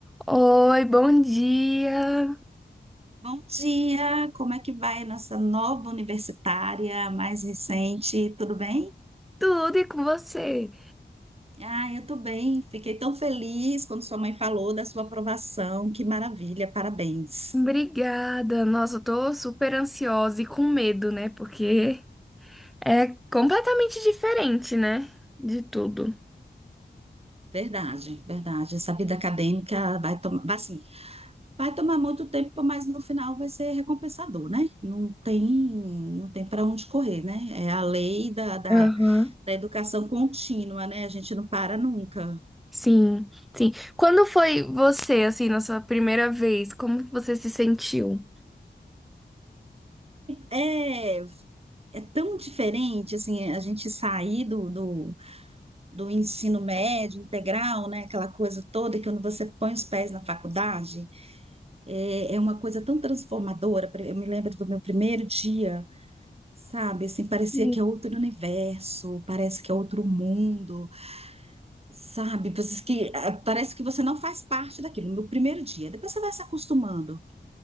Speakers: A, in the centre; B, on the right (about 30°).
A: Oi, bom dia!
B: Bom dia, como é que vai nossa nova universitária, a mais recente? Tudo bem?
A: Tudo e com você?
B: Ah, eu tô bem. Fiquei tão feliz quando sua mãe falou da sua aprovação. Que maravilha, parabéns.
A: Obrigada! Nossa, eu tô super ansiosa e com medo, né? Porque é completamente diferente, né? De tudo.
B: Verdade, verdade. Essa vida acadêmica vai tomar, vai, assim, vai tomar muito tempo, mas no final vai ser recompensador, né? Não tem, não tem para onde correr, né? É a lei da, da,
A: Aham.
B: da educação contínua, né? A gente não para nunca.
A: Sim, sim. Quando foi você, assim, na sua primeira vez? Como que você se sentiu?
B: É, É tão diferente, assim, a gente sair do, do, do ensino médio integral, né, aquela coisa toda que quando você põe os pés na faculdade, é, é uma coisa tão transformadora. Eu me lembro do meu primeiro dia, sabe, assim, parecia
A: Sim,
B: que é outro universo, parece que é outro mundo, sabe, parece que, ah, parece que você não faz parte daquilo, no primeiro dia. Depois você vai se acostumando.